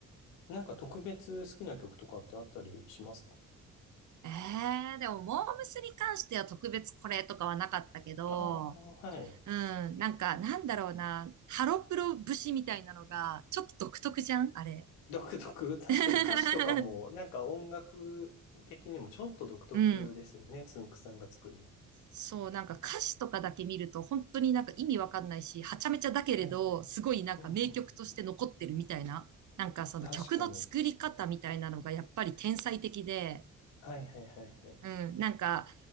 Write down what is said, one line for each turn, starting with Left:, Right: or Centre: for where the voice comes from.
Left: なんか特別好きな曲とかってあったりしますか
Right: ええでも、モームスに関しては特別これとかはなかったけど、
Left: ああー、はい。
Right: うん、なんか、なんだろうな、ハロプロ節みたいなのが、ちょっと独特じゃんあれ。
Left: 独特。確かに歌詞とかも、
Right: <laughs>
Left: なんか音楽的にもちょっと独特ですよね。
Right: うん。
Left: つんくさんが作るの。
Right: そう、なんか歌詞とかだけ見ると、本当になんか意味わかんないし、はちゃめちゃだけれど、
Left: はいはい。
Right: すごいなんか名曲として残ってるみたいな、
Left: うんうん。
Right: なんかその曲の作り方みたいなのがやっぱり天才的で、
Left: 確かに。はいはいはいはい。
Right: うん、なんか、